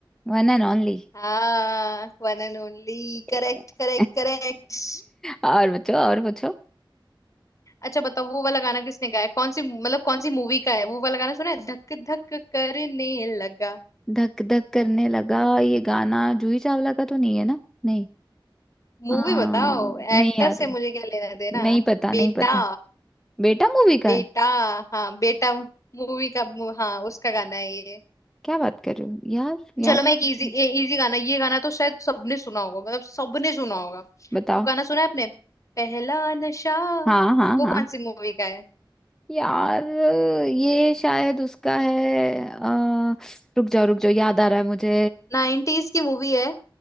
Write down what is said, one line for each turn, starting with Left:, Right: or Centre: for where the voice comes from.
Centre: One and only
Left: हाँ one and only
Centre: <laughs>
Left: correct correct correct
Centre: और पूछो और पूछो
Left: अच्छा बताओ वो वाला गाना किसने गाया है? कौन सी मतलब कौन सी मूवी का है वो वाला गाना सुना है धक धक करने लगा
Centre: धक धक करने लगा ये गाना जूही चावला का तो नहीं है ना नहीं
Left: मूवी
Centre: हाँ
Left: बताओ
Centre: नहीं
Left: एक्टर
Centre: याद
Left: से
Centre: है
Left: मुझे क्या लेना देना
Centre: नहीं पता
Left: बेटा
Centre: नहीं पता बेटा मूवी का
Left: बेटा
Centre: है
Left: हाँ बेटा मूवी का हाँ उसका गाना है ये
Centre: क्या बात कर रहे हो यार याद
Left: चलो मैं
Centre: नहीं।
Left: एक इजी इजी गाना ये गाना तो शायद सबने सुना होगा मतलब सबने सुना होगा
Centre: बताओ
Left: वो गाना सुना है आपने पहला नशा
Centre: हाँ हाँ
Left: वो
Centre: हाँ
Left: कौन सी मूवी का है
Centre: यार ये शायद उसका है आ, रुक जाओ रुक जाओ याद आ रहा है मुझे
Left: नाइनटीज की मूवी है